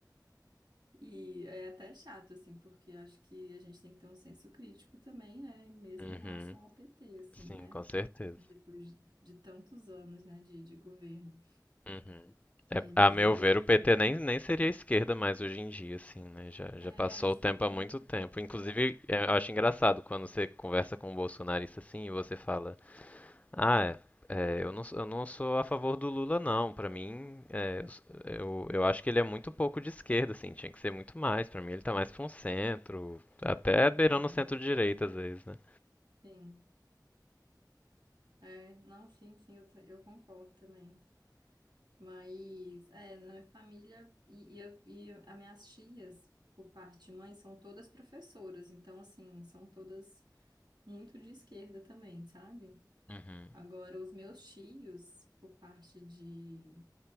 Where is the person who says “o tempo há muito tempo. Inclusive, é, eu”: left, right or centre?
Left